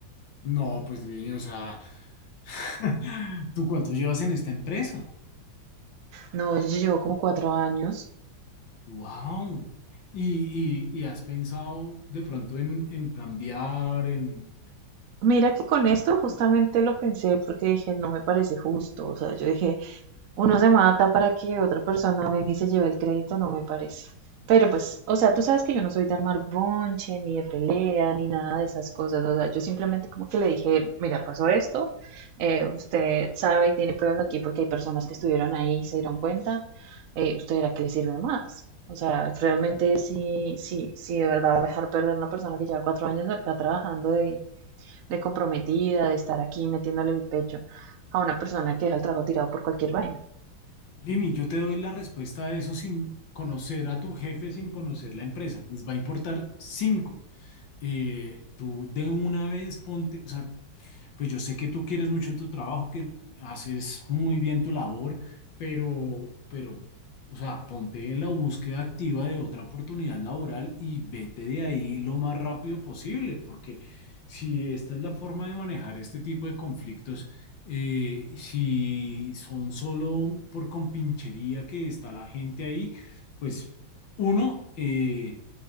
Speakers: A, on the left; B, on the right.
A: no, pues Lini, o sea, <laughs> ¿Tú cuánto llevas en esta empresa?
B: No, yo llevo como cuatro años.
A: ¡Wow! Y, y- y has pensado de pronto en, en cambiar, en...
B: Mira que con esto justamente lo pensé porque dije, no me parece justo. O sea, yo dije, Uno se mata para que otra persona venga y se lleve el crédito, no me parece. Pero pues, o sea, tú sabes que yo no soy de armar bonche, ni de pelea, ni nada de esas cosas. O sea, yo simplemente como que le dije, mira, pasó esto, eh, usted sabe y tiene pruebas aquí porque hay personas que estuvieron ahí y se dieron cuenta, eh, usted verá que le sirve más. O sea, realmente sí, sí, sí, de verdad va a dejar perder una persona que lleva cuatro años acá trabajando de, de comprometida, de estar aquí metiéndole el pecho a una persona que deja el trabajo tirado por cualquier vaina.
A: Lini, yo te doy la respuesta a eso sin conocer a tu jefe, sin conocer la empresa. Les va a importar cinco. Eh, tú de una vez ponte, o sea, pues yo sé que tú quieres mucho tu trabajo, que haces muy bien tu labor, pero, pero, o sea, ponte en la búsqueda activa de otra oportunidad laboral y vete de ahí lo más rápido posible, porque si esta es la forma de manejar este tipo de conflictos, eh, si son solo por compinchería que está la gente ahí, pues uno, eh,